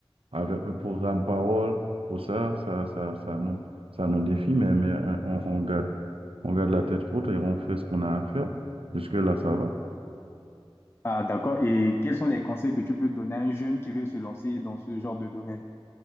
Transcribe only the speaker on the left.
Ah, d'accord. Et quels sont les conseils que tu peux donner à un jeune qui veut se lancer dans ce genre de domaine?